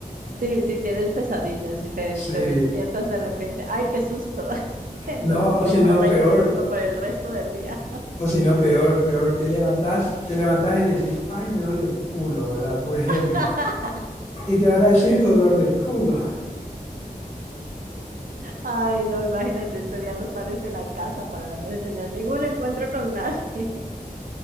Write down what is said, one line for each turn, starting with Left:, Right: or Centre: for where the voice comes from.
Right: sí, si tienes pesadillas y te,
Left: sí,
Right: te despiertas de repente, ¡ay, qué susto! <laughs> Entonces
Left: no, o
Right: te
Left: si
Right: llamas,
Left: no,
Right: ¡ay,
Left: peor.
Right: qué susto! por el resto del día.
Left: O si no, peor, peor, te levantás, te levantás y decís, ay, me duele el culo, ¿verdad? Por ejemplo.
Right: <laughs>
Left: Y te van a decir dolor de culo.
Right: Ay, no, imagínate, ese día no sales de la casa para no tener ningún encuentro con nadie. <laughs>